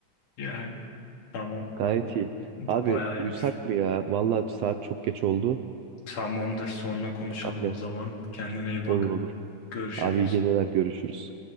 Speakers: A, on the left; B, on the right.
A: Yani tamam.
B: Gayet
A: O,
B: iyi.
A: bu
B: Abi
A: bayağı
B: uyusak
A: iyi.
B: mı ya? Vallahi saat çok geç oldu.
A: Tamamdır. Sonra konuşalım
B: Aynen
A: o zaman. Kendine iyi bak.
B: olur olur.
A: Görüşürüz.
B: Abi iyi geceler görüşürüz.